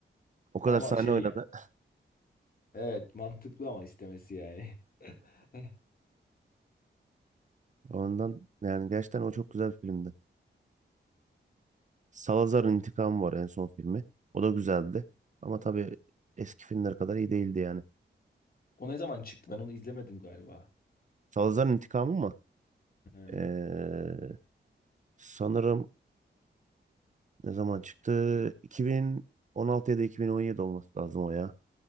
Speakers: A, on the right; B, on the left.
A: O kadar
B: Ama
A: sahne
B: şey
A: oynadı.
B: yani, evet mantıklı ama istemesi yani. <laughs>
A: Ondan yani gerçekten o çok güzel bir filmdi. Salazar'ın İntikamı var en son filmi. O da güzeldi. Ama tabii eski filmler kadar iyi değildi yani.
B: O ne zaman çıktı? Ben onu izlemedim galiba.
A: Salazar'ın İntikamı mı?
B: He.
A: Ee, sanırım ne zaman çıktı? 2016 ya da 2017 olması lazım o ya.